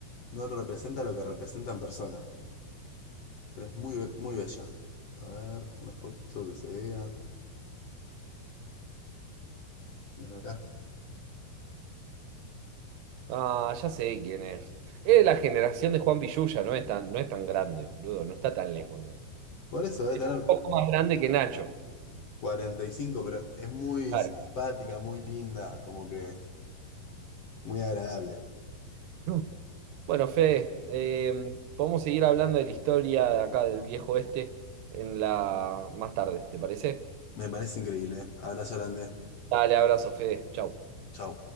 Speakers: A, on the left (about 60°); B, on the right (about 80°).
A: No representa lo que representa en persona, pero es muy, be- muy bella. A ver, una foto que se vea. Bueno, acá.
B: Ah, ya sé quién es. Es de la generación de Juan Pillulla, no es tan, no es tan grande, boludo. No está tan lejos nuestro.
A: Por eso debe
B: Es
A: tener
B: un poco más grande que Nacho.
A: cuarenta y cinco pero es muy
B: Claro.
A: simpática, muy linda, como que muy agradable.
B: <laughs> Bueno, Fede, eh, podemos seguir hablando de la historia de acá del viejo oeste en la más tarde, ¿te parece?
A: Me parece increíble. ¿eh? Abrazo grande.
B: Dale, abrazo, Fede. Chau.
A: Chau.